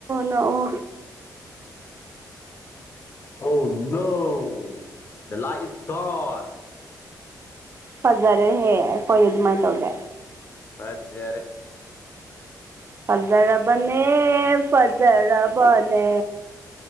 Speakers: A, on the right; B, on the left.
A: ꯅꯣꯛꯎ
B: ꯑꯣ ꯅꯧ ꯗ ꯂꯥꯏ ꯢꯁ ꯒꯣꯟ
A: ꯍꯖꯥꯔꯦ ꯍꯦ ꯀꯣꯏ ꯑꯗꯨ ꯑꯗꯨꯃꯥꯏꯅ ꯇꯧꯗ
B: ꯐꯖꯔꯦ
A: ꯐꯖꯔꯔꯕꯅꯦ ꯐꯖꯔꯕꯅꯦ